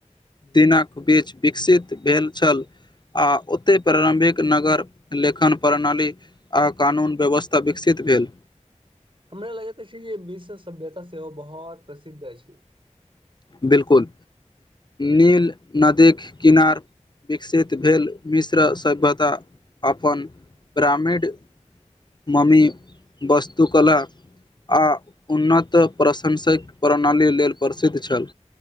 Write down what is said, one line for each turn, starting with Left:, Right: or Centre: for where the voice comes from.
Left: दिनक बीच विकसित भेल छल आ ओते प्रारम्भिक नगर लेखन प्रणाली आ कानून व्यवस्था विकसित भेल
Right: हमरा लगैत छै जे विश्व सभ्यता सेहो बहुत प्रसिद्ध अछि
Left: बिलकुल नील नदीक किनार विकसित भेल मिश्र सभ्यता अपन ग्रामीण मम्मी वस्तु कला आ उन्नत प्रशंसक प्रणाली लेल प्रसिद्ध छल